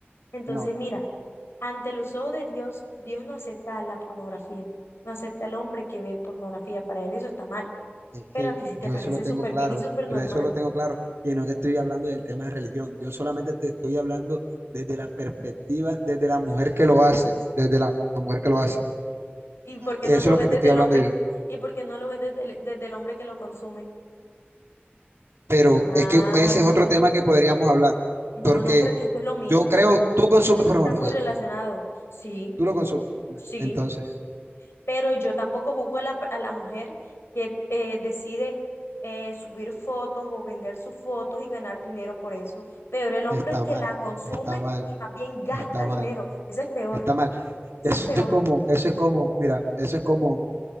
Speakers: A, on the left (about 80°); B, on the right (about 80°).
A: Entonces,
B: no,
A: mira. Ante los ojos de Dios, Dios no acepta la pornografía, no acepta al hombre que ve pornografía, para él eso está mal,
B: es
A: pero
B: que
A: a ti sí
B: yo
A: te parece
B: eso lo tengo
A: súper
B: claro,
A: bien y súper normal.
B: yo eso lo tengo claro, y no te estoy hablando del tema de religión, yo solamente te estoy hablando desde la perspectiva, desde la mujer que lo hace, desde la mujer que lo hace,
A: ¿Y por qué
B: eso
A: no
B: es
A: lo
B: lo
A: ves
B: que
A: desde
B: te estoy
A: el
B: hablando
A: hombre?
B: yo,
A: ¿Y por qué no lo ves desde el, desde el hombre que lo consume?
B: pero
A: Ah,
B: es que ese es otro tema que podríamos hablar,
A: no,
B: porque
A: no, pero es que esto es lo mismo.
B: yo creo, tú consumes
A: Esto aquí
B: pornografía,
A: está muy relacionado. Sí,
B: tú lo consumes,
A: sí.
B: entonces
A: pero yo tampoco juzgo a la, a la mujer que eh, decide eh, subir fotos o vender sus fotos y ganar dinero por eso. Peor el hombre
B: está
A: que
B: mal,
A: la consume
B: está mal,
A: y más bien gasta
B: está mal.
A: dinero. Eso es peor,
B: está mal.
A: eso
B: Eso
A: es peor,
B: es como, eso es como, mira, eso es como